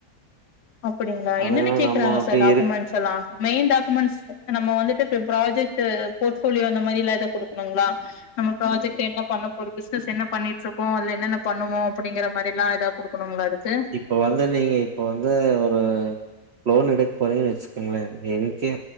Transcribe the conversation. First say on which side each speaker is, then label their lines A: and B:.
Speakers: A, on the left (about 50°); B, on the right (about 80°).
A: அப்டிங்ளா
B: அதனால
A: என்னென்ன கேக்குறாங்க
B: நம்ம அப்டி
A: சார் டாக்குமெண்ட்ஸ்
B: இருக்கு
A: எல்லா மெயின் டாக்குமெண்ட்ஸ் நம்ம வந்துட்டுப்ப ப்ரம் ப்ராஜெக்ட் ஃபோர்ட் போலியோளா இந்த மாதிரிலா எத குடுக்குணு உங்கள நம்ம ப்ராஜெக்ட் என்ன பண்ண போற பிசினஸ் என்ன பண்ணிட்ருக்கோ அது என்னென்ன பண்ணுவோ அப்டிங்கிற மாதிரி எல்லா ஏதா குடுக்கணும்ளா அதுக்கு
B: இப்போ வந்து நீங்க இப்போ வந்து ஒரு லோன் எடுக்க போறீங்கன்னு வச்சுக்கோங்கள என்கே